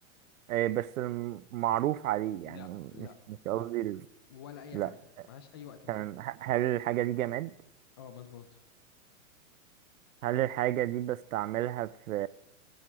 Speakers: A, on the right; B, on the left.
A: آه، بس المعروف عليه
B: لا
A: يعني
B: لا
A: مش مش قصدي
B: لا
A: ال-
B: ولا اي
A: لا
B: حاجة ملهاش اي وقت معين
A: تمام ه- هل الحاجة دي جماد
B: اه مظبوط
A: هل الحاجة دي بستعملها في